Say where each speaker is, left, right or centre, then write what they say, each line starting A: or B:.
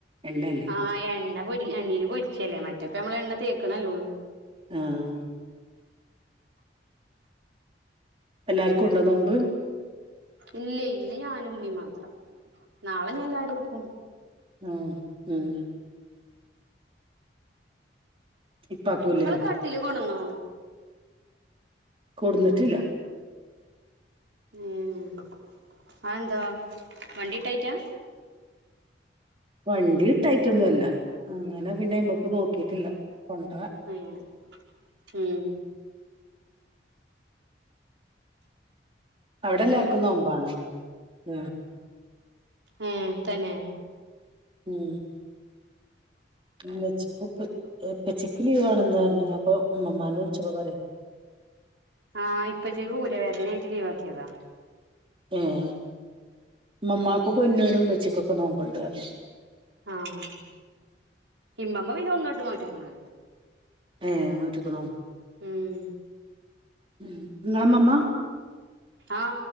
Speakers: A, on the right (about 30°); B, on the right (about 85°).
A: എണ്ണ ല്ലെ
B: ആഹ് എണ്ണൊ പൊരി എണ്ണയിൽ പൊരിച്ചല്ലേ മറ്റേപ്പ നമ്മള എണ്ണ തേക്കണല്ലേ ഒള്ളൂ
A: ആഹ് എല്ലാർക്കും ഉണ്ടോ നോമ്പ്
B: ഇല്ലയ് ഇന്ന് ഞാനു ഉമ്മിം മാത്രം നാളെ ഇഞ്ഞ് എല്ലാരും എടുക്കും
A: ഉം ഉം ഇപ്പാക്കൂല്ലേ
B: ഇങ്ങള് കട്ടില് കൊട്ന്നോ
A: കൊടുന്നിട്ടില്ല
B: ഏഹ് അത് എന്താ വണ്ടി കിട്ടായിട്ടാ
A: വണ്ടി കിട്ടായിട്ടൊന്നും അല്ല അങ്ങനെ പിന്നെ അയ്മക്ക് നോക്കിട്ടില്ല കൊണ്ടരാൻ
B: ഏഹ് ഉം
A: അവിടെ എല്ലാർക്കും നോമ്പാണോ ഉം
B: ഏഹ് തന്നെ
A: ഉം ഉമ്മച്ചി ഉപ്പ ഉപ്പച്ചിക്ക് ലീവ് ആണെന്ന് പറഞ്ഞ അപ്പൊ ഉമ്മമ്മാനെ വിളിച്ചപ്പോ പറഞ്ഞു
B: ആഹ് ഇപ്പച്ചിക്ക് ഊര വേദനയായിട്ട് ലീവ് ആക്കിയതാ
A: ഏഹ് ഇമ്മമ്മാക്കും പൊന്നുനും ഉമ്മച്ചികും ഒക്കെ നോമ്പ് ഇണ്ട് പറഞ്ഞു
B: ആഹ് ഇമ്മമ്മ പിന്നെ ഒന്നോട്ട് നോറ്റ്ക്ക്ണ്
A: ഏഹ് നോറ്റിക്കണോ
B: ഉം
A: ഉം ഇങ്ങളെ ഇമ്മമ്മ
B: ആഹ